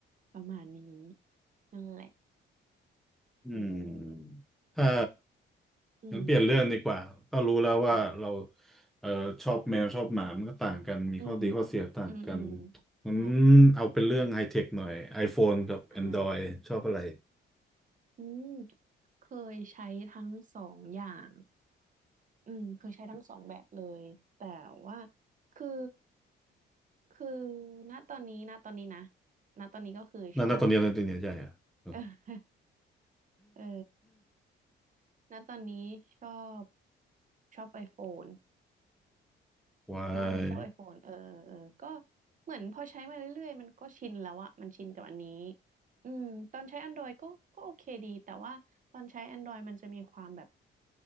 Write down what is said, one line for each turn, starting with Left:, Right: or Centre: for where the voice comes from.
Right: ประมาณนี้นั่นแหละ
Centre: อืมถ้า
Right: เอออืม
Centre: งั้นเปลี่ยนเรื่องดีกว่าก็รู้แล้วว่าเรา
Right: อ่ะ
Centre: เอ่อชอบแมวชอบหมามันก็ต่างกันมีข้อดีข้อเสียต่างกัน
Right: อืมอืมอืมอืม
Centre: งั้น
Right: ใช่
Centre: เอาเป็นเรื่องไฮเทคหน่อย iPhone กับ
Right: อ่ะ
Centre: Android ชอบอะไร
Right: อืมเคยใช้ทั้งสองอย่างอืมเคยใช้ทั้งสองแบบเลยแต่ว่าคือคือณตอนนี้ณตอนนี้นะณตอนนี้ก็คือชอบ
Centre: นั่นนะตอนนี้ตอนนี้ใช่อะ <gasps>
Right: <laughs> เออณตอนนี้ชอบชอบไอโฟน
Centre: วาย
Right: เออนี่ชอบ iPhone เออเออ ก็เหมือนพอใช้มาเรื่อยๆ มันก็ชินแล้วอะ มันชินกับอันนี้ อืมตอนใช้ Android ก็ ก็โอเคดี แต่ว่าตอนใช้ Android มันจะมีความแบบ